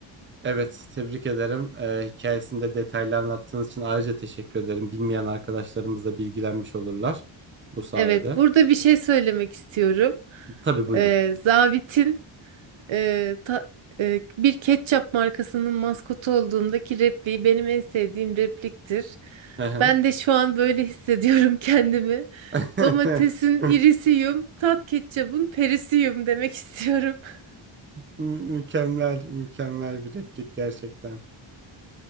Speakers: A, on the right; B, on the right.
A: Evet, tebrik ederim. Ee, hikayesinde detaylı anlattığınız için ayrıca teşekkür ederim. Bilmeyen arkadaşlarımız da bilgilenmiş olurlar bu sayede.
B: Evet, burada bir şey söylemek istiyorum.
A: Tabii buyurun.
B: Ee, zabitin e, ta- e, bir ketçap markasının maskotu olduğundaki repliği benim en sevdiğim repliktir.
A: Hı hı.
B: Ben de şu an böyle hissediyorum <laughs> kendimi.
A: <laughs>
B: Domatesin irisiyim, tat ketçabın perisiyim demek istiyorum. <laughs>
A: Mükemmel, mükemmel bir replik gerçekten.